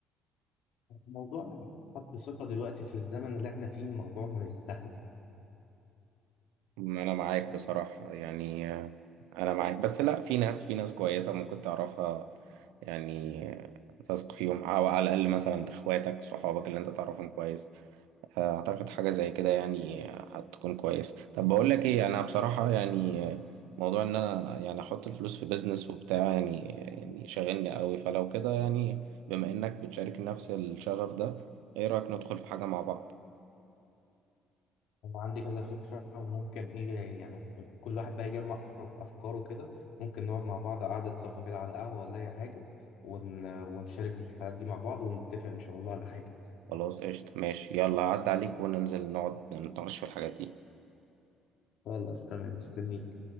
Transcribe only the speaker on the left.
موضوع حد ثقة دلوقتي في الزمن اللي احنا فيه الموضوع مش سهل
أنا عندي كذا فكرة وممكن إيه يعني ب- كل واحد بقى يجمع أفر- أفكاره كده ممكن نقعد مع بعض قعدة صفا كده على قهوة ولا أي حاجة ون... ونشارك الحاجات دي مع بعض ونتفق إن شاء الله على حاجة
خلاص تمام مستنيك